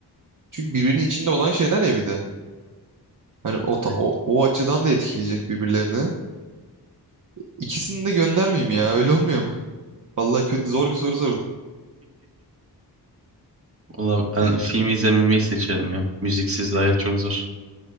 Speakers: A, on the right; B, on the right.
A: Çünkü birbirinin içinde olan şeyler ya bir de. Hani o, ta-
B: Yani,
A: o, o açıdan da etkileyecek birbirlerini. İkisini de göndermeyeyim ya <laughs> öyle olmuyor mu? <laughs> Vallahi kötü zor bir soru sordun.
B: valla ben
A: Şey,
B: film izlememeyi seçerim ya. Müziksiz hayat çok zor.